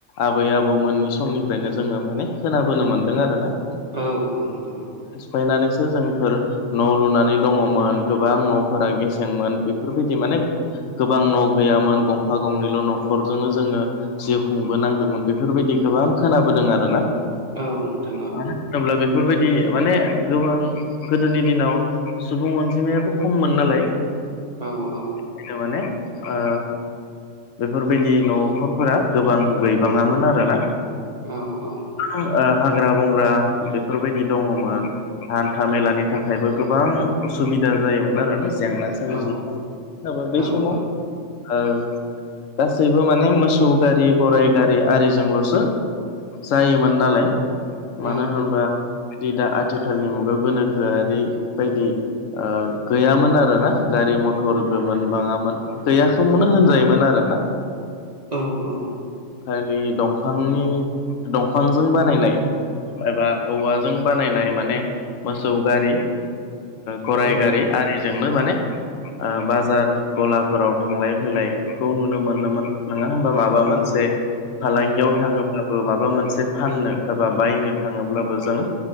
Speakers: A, on the left; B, on the right.
A: आबै आबौ मोननि समनिफ्रायनो जोङो माने खोनाबोनो मोनदों आरो ना।
B: औ औ नोंथां
A: फैनानैसो जोंफोर न' लुनानै दङमोन गोबां न'फोरा गेसेंमोन बेफोरबायदि माने गोबां न' गैयामोन गंफा गंनैल' न'खरजोंनो जोङो जिउ खुंबोनांदोंमोन बेफोरबायदि गोबां खोनाबोदों आरोना
B: औ नोंथाङा
A: मानो होनोब्ला बेफोरबायदि माने गोबां गोदोनि दिनाव सुबुं अनजिमायाबो खममोन नालाय
B: औ औ
A: माथ' माने आ बेफोरबायदि न'खरफोरा गोबां गैबाङामोन आरोना।
B: औ औ
A: ओ हाग्रा बंग्रा बेफोरबायदि दङमोन। हान्था मेलानि थाखायबो गोबां उसुबिदा जायोमोन आरोना जेंना सोमजि
B: औ
A: होनाबा बै समाव
B: औ
A: ओ गासैबो माने मोसौ गारि गराइ गारि आरिजोंल'सो जायोमोन नालाय मानो
B: औ
A: होनोबा दा आथिखालनि मुगायाव गोनोखोआरि बायदि ओ गैयामोन आरोना गारि मथर गो मोनबाङामोन। गैयखौमोननो होनजायोमोन आरो ना।
B: औ औ
A: खालि दंफांनि दंफांजों बानायनाय एबा औवाजों बानायनाय माने मोसौ गारि गराय
B: औ
A: गारि आरिजोंनो माने ओ बाजार गलाफोराव थांलाय फैलायखौ नुनो मोनोमोन नोङा होम बा माबा
B: औ
A: मोनसे फालांगियाव थाङोबबो माबा मोनसे फननो एबा बायनो थाङोब्लाबो जों